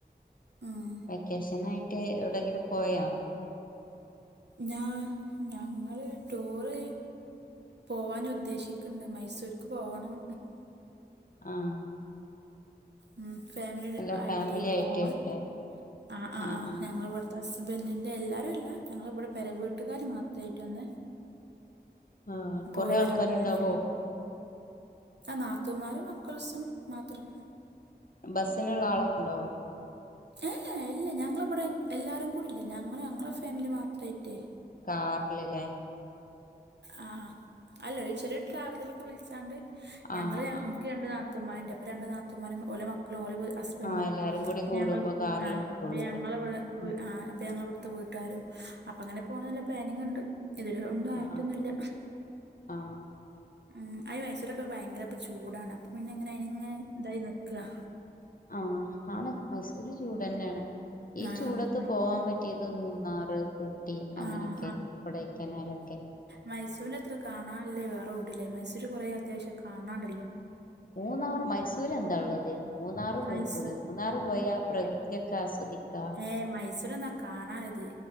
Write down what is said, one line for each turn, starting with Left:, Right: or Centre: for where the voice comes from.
Right: ഉം
Left: വെക്കേഷനായിട്ട് എവിടെങ്കിലും പോയോ?
Right: ഞാ ഞങ്ങള് ടൂറ്. പോവാന് ഉദ്ദേശിക്കുണ്ട് മൈസൂർക്ക് പോവണം.
Left: ആഹ്
Right: ഉം ഫാമിലിയുടെ
Left: അല്ല
Right: ആയിട്ടേ
Left: ഫാമിലി ആയിട്ടേവുല്ലേ
Right: പോവാൻ ആ ആ
Left: ആഹ്
Right: ആ്
Left: ആഹ്
Right: ഞങ്ങവിടെ ഹസ്ബൻഡിന്റെ എല്ലാരും എല്ല ഞങ്ങൾ ഇവിടെ പേര വീട്ടുകാർ മാത്രമായിട്ട് ഒന്ന്.
Left: ആഹ്
Right: പോയി
Left: കൊറേ
Right: വരാനില്ലയില്
Left: ആൾക്കാരുണ്ടാവോ
Right: നാത്തൂമാരും മക്കൾസും മാത്രം.
Left: ബസ്സിനുള്ള ആളൊക്കെ ഉണ്ടാവോ?
Right: ഏ ഏ ഇല്ല ഞങ്ങളിവിടെ എല്ലാവരും കൂടി ഇല്ല ഞങ്ങൾ ഞങ്ങളെ ഫാമിലി മാത്രമായിട്ടേ.
Left: കാറിൽല്ലേ.
Right: ആ അല്ലോ ചെറിയ ട്രാവലറൊക്കെ വിളിച്ചാണ്ട് ഞങ്ങൾ.
Left: ആഹ് ആഹ്
Right: രണ്ട് നാതൂമാരുണ്ട്പ്പൊ രണ്ട് നാതൂമാര ഓലെ മക്കളും ഒ പ്പന്നും
Left: ആഹ് എല്ലാരും കൂടി
Right: പിന്നെ
Left: കൂടുമ്പോ
Right: ഞങ്ങൾ
Left: കാറിലൊന്നും
Right: ആ
Left: കൊള്ളൂല
Right: പിന്നെ ഞങ്ങള ഇവി
Left: ആഹ്
Right: ആ അപ്പൊ ഞങ്ങളവിടുതെ വീട്ടുകാരും അപ്പൊ അങ്ങനെ പോകണംന്നുള്ള പ്ലാനിങ് ഉണ്ട് ഇതിനോന്നും ആയി മൊന്നല്ല
Left: ആഹ് ആഹ്
Right: ഉം അ മയ്സൂരൊക്കെ ഭയങ്കര ഇപ്പ ചൂടാണ്പ്പോ പിന്നെങ്ങനെ അയിനി ഇങ്ങനെ ഇതായി നികാ.
Left: ആഹ് ആണ് മൈസൂര് ചൂട് തന്നെയാണ് ഈ
Right: ആഹ്
Left: ചൂടത്ത് പോവാൻ പറ്റി പറ്റിയത് മൂന്നാറ് ഊട്ടി അങ്ങനെയൊക്കെ
Right: ആഹ്
Left: കോ ടെ ക്കനാലൊക്കെ.
Right: മൈസൂരിനത്ര കാണാനില്ലേ വേറെ എവിടെയും ഇല്ല മൈസൂര് കുറേ അത്യാവശ്യം കാണാണ്ടല്ലോ.
Left: മൂന്നാർ മൈസൂർ എന്താ ഉള്ളത് മൂന്നാർ പോയിക്കൂടെ.
Right: മൈസൂ
Left: മൂന്നാറ് പോയാ പ്രകൃതിയൊക്കെ ആസ്വദിക്കാ.
Right: ഏഹ് മൈസൂർ എന്നാ കാണാൻ ഇളത്.